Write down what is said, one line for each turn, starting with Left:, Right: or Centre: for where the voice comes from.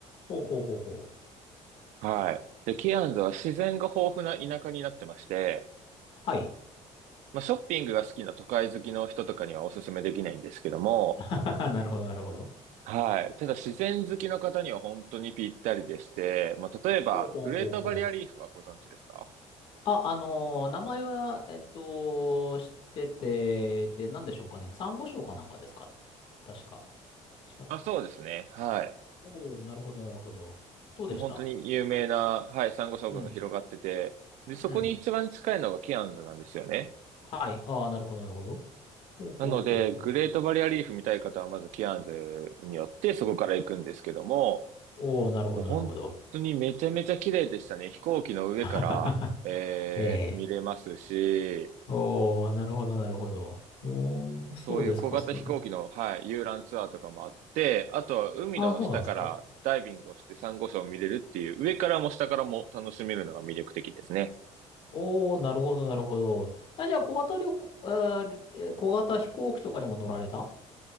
Left: ほうほうほうほう。
Right: はい。で、キアンズは自然が豊富な田舎になってまして、
Left: はい。
Right: まあ、ショッピングが好きな都会好きの人とかにはおすすめできないんですけども、
Left: <laughs> なるほど、なるほど。
Right: はい。ただ自然好きの方には本当にぴったりでして、まあ、例えば、
Left: ほうほうほうほう。
Right: グレートバリアリーフはご存知ですか
Left: あ、あのー名前は、えっと、知ってて、で、なんでしょうかね。サンゴ礁かなんかですか確か。違ったっけ
Right: あ、そうですね。はい。
Left: おおー、なるほど、なるほど。どうでした
Right: もう本当に有名な、はい、サンゴ礁群が広がってて、
Left: うん。
Right: で、そこに一番近いのがキアンズなんですよね。
Left: うん。はい。ああ、なるほど、なるほど。ほうほうほうほうほう。
Right: なので、グレートバリアリーフ見たい方は、まずキアンズによってそこから行くんですけども、
Left: おお、なるほど、
Right: もう本当にめちゃめちゃ綺麗でしたね。
Left: なるほど。
Right: 飛行機の上から、
Left: <laughs>
Right: えー見れますし、
Left: ええ。おお、なるほど、なるほど。おお、そうですか、
Right: そういう小型飛行機の、
Left: そうですか。
Right: はい、遊覧ツアーとかもあって、あとは海の下からダイビングをしてサンゴ礁を見れるっていう、
Left: あ、そうなんですか。
Right: 上からも下からも楽しめるのが魅力的ですね。
Left: おお、なるほど、なるほど。あ、じゃあ、小型旅行、あー、え小型飛行機とかにも乗られた